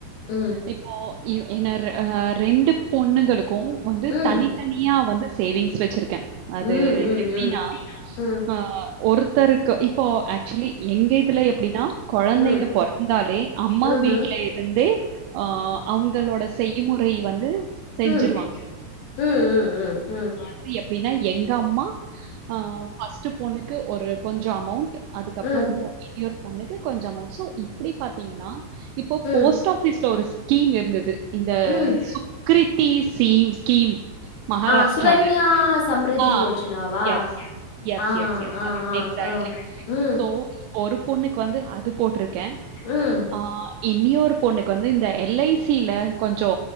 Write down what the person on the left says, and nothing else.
ம்,
ம்.
ம், ம்,
ம். ம்,
ம்.
ம்ஹ்ம். ம்ஹும்.
ம் ம் ம் ம் ம்
ம்,
ம்,
இப்போ
ம்.
அஹ், சுத்தி ஆ சுகன்யா சம்ரிதி
யோஜனாவா?
ஆ,
ஆ,
ஆ, ஆ. ம்,
ம்.